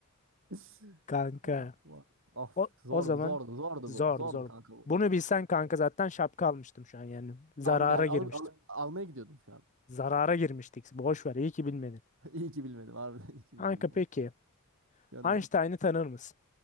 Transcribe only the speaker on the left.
kanka.
O,
o zaman
zordu
zor.
Bunu bilsen kanka zaten şapka almıştım şu an yani. Zarara
girmiştim.
Zarara girmiştik. Boş ver, iyi ki bilmedin.
Kanka
peki,
Einstein'ı tanır mısın?